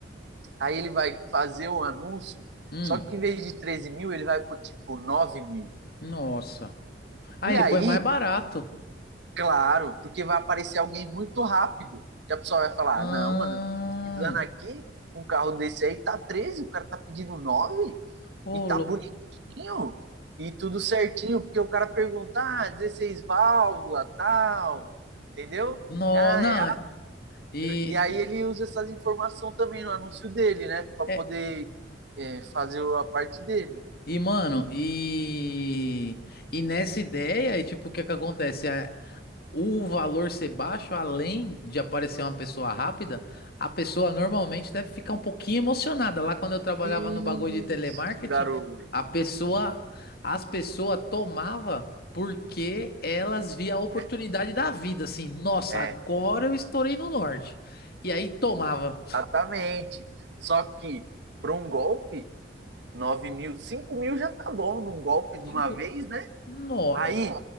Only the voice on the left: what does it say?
Hum,
nossa. Ah,
ele
põe mais barato.
Ah,
ô,
lou-
no,
não.
E,
e,
é-
e, mano, e, e nessa ideia, e tipo, o que é que acontece? o valor ser baixo, além de aparecer uma pessoa rápida, a pessoa normalmente deve ficar um pouquinho emocionada. Lá quando eu trabalhava
no bagulho de telemarketing,
a pessoa, as pessoas tomava porque elas via a oportunidade
da vida, assim, nossa,
agora eu estourei no norte. E aí tomava
cinco,
no...